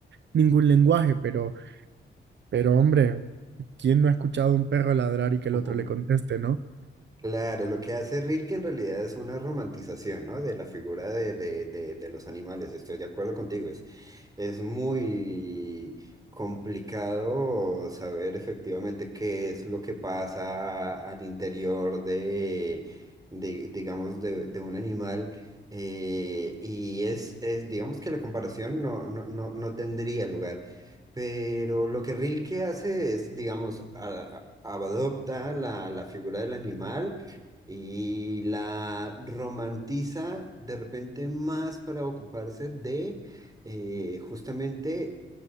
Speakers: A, on the right (about 70°); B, on the right (about 20°).
A: ningún lenguaje, pero, pero hombre, ¿quién no ha escuchado a un perro ladrar y que el
B: Ujú.
A: otro le conteste, no?
B: Claro, lo que hace Rilke en realidad es una romantización, ¿no? De la figura de, de, de, de los animales. Estoy de acuerdo contigo. Es muy complicado saber efectivamente qué es lo que pasa al interior de, de, digamos, de, de un animal. eh, y es, es, digamos que la comparación no, no, no, no tendría lugar. Pero lo que Rilke hace es, digamos, a- a- adopta la, la figura del animal y la romantiza de repente más para ocuparse de eh, justamente